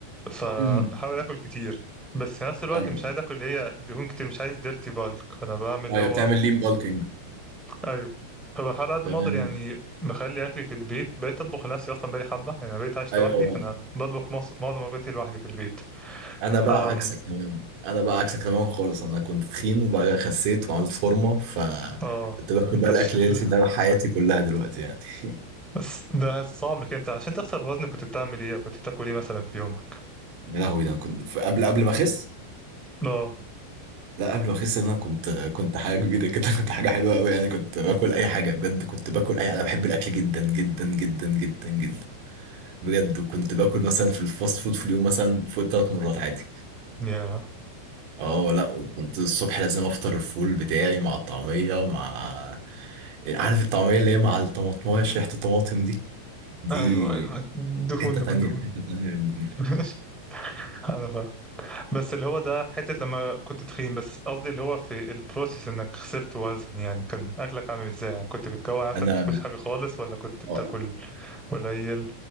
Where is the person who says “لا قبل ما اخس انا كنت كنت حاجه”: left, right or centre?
Right